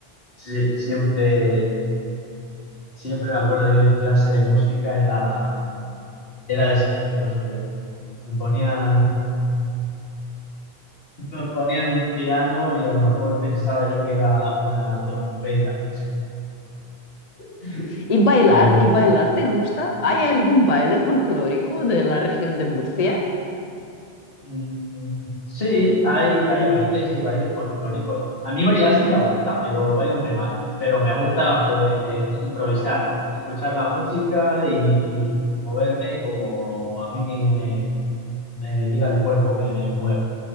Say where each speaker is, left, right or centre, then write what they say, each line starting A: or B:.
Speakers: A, on the left (about 70°); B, on the left (about 40°).
A: Sí, siempre, siempre me acuerdo yo en clase de música era, era desastroso yo. Me ponían, me ponían un piano y a lo mejor pensaba yo que era una trompeta, <laughs>
B: Y bailar,
A: pero bueno.
B: ¿y bailar te gusta? ¿Hay algún baile folclórico de la región de Murcia?
A: Mm, Sí, hay, hay bailes, hay bailes folclóricos. A mí bailar sí me gusta, pero bailo muy mal. Pero me gusta pues improvisar, escuchar la música y moverme como a mí me, me diga el cuerpo que me muevo.